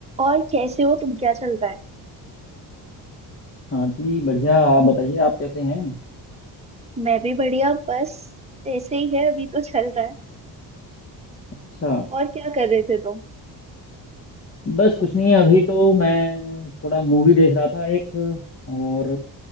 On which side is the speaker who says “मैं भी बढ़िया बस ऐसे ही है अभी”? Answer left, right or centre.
Right